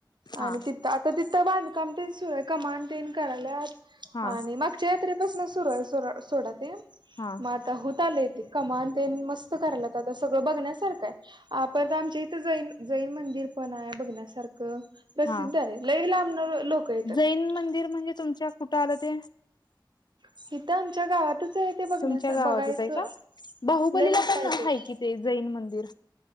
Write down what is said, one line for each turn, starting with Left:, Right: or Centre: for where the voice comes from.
Left: हा
Right: आणि तिथ आता तिथं बांधकाम ते सुरु कमांटीन कराल्यात
Left: हा
Right: आणि मागच्या यात्रेपासना सुरू आहे <unintelligible> सोडा ते
Left: हा
Right: म आता होत आले कमान ते मस्त करायला तर सगळं बघण्यासारखं आहे तर आमच्या इथं जैन जैन म्हण ते पण हाय बघण्यासारखं अ प्रसिद्ध
Left: हा
Right: आहे लई लांबन लोक येतात
Left: जैन मंदिर म्हणजे तुमच्या कुठं आलं ते
Right: सीता आमच्या गावात <unintelligible> बघण्या
Left: तुमच्या गावातच
Right: बघायचं
Left: आहे का बाहुबलीला
Right: लय मोठ
Left: पण
Right: आहे ते
Left: कि जैन मंदिर